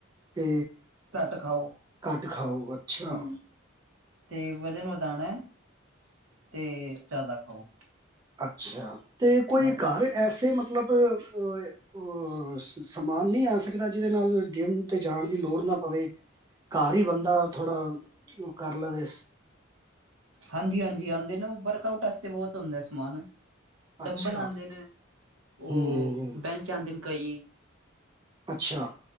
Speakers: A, on the right; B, on the right.
A: ਤੇ
B: ਘੱਟ ਖਾਓ,
A: ਘੱਟ ਖਾਓ ਅੱਛਾ
B: ਹੂੰ। ਤੇ ਵਜ਼ਨ ਵਧਾਉਣਾ ਹੈ, ਤੇ ਜ਼ਿਆਦਾ ਖਾਓ।
A: ਅੱਛਾ, ਤੇ ਕੋਈ
B: ਹਾਂ
A: ਘਰ ਐਸੇ ਮਤਲਬ ਅ ਅ ਅ ਸ ਸਮਾਨ ਨੀ ਆ ਸਕਦਾ, ਜਿਹਦੇ ਨਾਲ ਜਿੰਮ ਤੇ ਜਾਣ ਦੀ ਲੋੜ ਨਾ ਪਵੇ? ਘਰ ਈ ਬੰਦਾ ਥੋੜਾ ਓ ਕਰ ਲਵੇ।
B: ਹਾਂਜੀ-ਹਾਂਜੀ, ਆਂਦੇ ਨੇ ਓ ਵਰਕ ਆਊਟ ਵਾਸਤੇ ਬਹੁਤ ਹੁੰਦਾ ਸਮਾਨ।
A: ਅੱਛਾ
B: ਡੰਬਨ ਆਂਦੇ ਨੇ, ਓ
A: ਹੂੰ ਹੂੰ,
B: ਬੈਂਚ ਆਂਦੇ ਨੇ ਕਈ।
A: ਅੱਛਾ